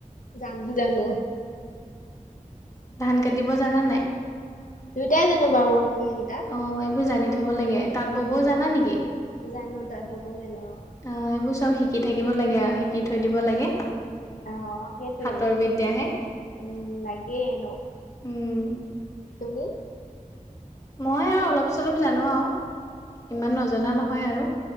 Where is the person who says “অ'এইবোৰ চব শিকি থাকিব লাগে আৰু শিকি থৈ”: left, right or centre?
Left